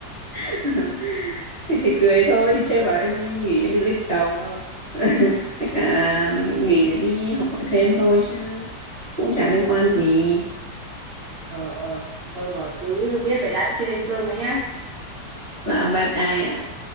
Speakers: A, on the left; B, on the right.
A: <laughs> thì chỉ cười thôi thì trêu bảo em đi nghỉ em đi lấy chồng <laughs> với cả là nghỉ để đi học hỏi thêm thôi chứ cũng chả liên quan gì
B: ờ ờ thôi rồi cứ biết vậy đã tôi đi lên cơm đấy nhá
A: và bye bye ạ